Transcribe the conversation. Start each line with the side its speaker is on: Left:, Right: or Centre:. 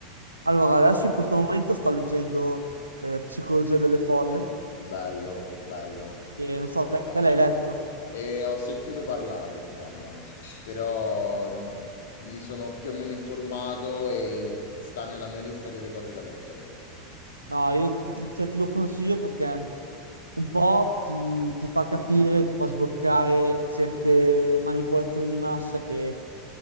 Right: Allora, adesso in questo momento sto leggendo eh, Psicologia delle folle,
Left: Bello, bello,
Right: e non
Left: molto
Right: so, te
Left: bello.
Right: te l'hai letto?
Left: E ho sentito parlare, diciamo, però mh, mi sono più o meno informato e sta nella mia lista delle cose da leggere.
Right: No, io cioè, te lo consiglio perché un po' ti, ti fa capire, ti fa sbloccare certe manipolazioni di massa che,